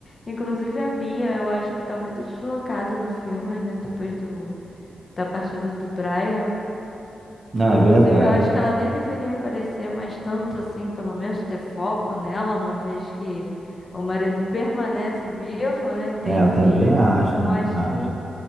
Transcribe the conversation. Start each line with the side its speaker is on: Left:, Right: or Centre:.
Left: Inclusive a Bia, eu acho que tá muito deslocada no filme, né? Depois do, da partida do Brian.
Right: Não,
Left: Inclusive,
Right: é verdade.
Left: eu acho que ela nem deveria aparecer mais tanto assim, pelo menos ter foco nela, uma vez que o marido permanece vivo, né, e tem
Right: É, eu
Left: filhos.
Right: também acho,
Left: Então,
Right: também
Left: acho
Right: acho.
Left: que